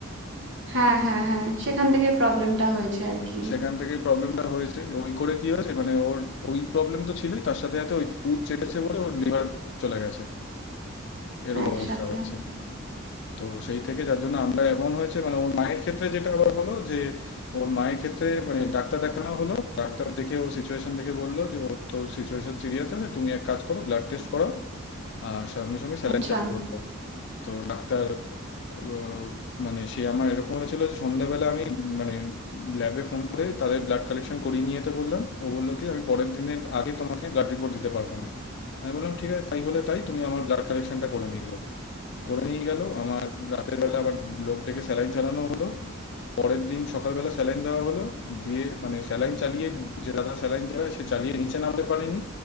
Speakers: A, on the right; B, on the left.
A: হ্যাঁ হ্যাঁ হ্যাঁ সেখান থেকে প্রবলেমটা হয়েছে আর কি
B: সেখান থেকেই প্রবলেমটা হয়েছে ওই করে কি হয়েছে মানে ওর ওই প্রবলেম তো ছিলই তার সাথে সাথে ওই পুত চেপেছে বলে ওর লিভার চলে গেছে এরকম
A: একসাথে
B: অবস্থা হয়েছে তো সেই থেকে যার জন্য আমরা এমন হয়েছে মানে ওর মায়ের ক্ষেত্রে যেটা আবার হলো যে ওর মায়ের ক্ষেত্রে মানে ডাক্তার দেখানো হলো ডাক্তার দেখে ওর সিচুয়েশন দেখে বললো যে ওর তো সিচুয়েশন সিরিয়াস আছে তুমি এক কাজ করো ব্লাড টেস্ট করো আর সঙ্গে সঙ্গে স্যালাইন
A: আচ্ছা
B: চালু করো তো ডাক্তার আহ, মানে সে আমার এরকম হয়েছিল যে সন্ধ্যাবেলা আমি মানে ল্যাবে ফোন করে তাদের ব্লাড কালেকশন করিয়ে নিয়ে যেতে বললাম ও বললো কি আমি পরের দিনের আগে তোমাকে ব্লাড রিপোর্ট দিতে পারবো না আমি বললাম ঠিক আছে তাই হলে তাই তুমি আমার ব্লাড কালেকশনটা করে নিয়ে যাও করে নিয়ে গেল আমার রাতের বেলা আবার লোক ডেকে স্যালাইন চালানো হলো পরের দিন সকালবেলা স্যালাইন দেওয়া হলো দিয়ে মানে স্যালাইন চালিয়ে যে দাদা স্যালাইন চালায় সে চালিয়ে নিচে নামতে পারেনি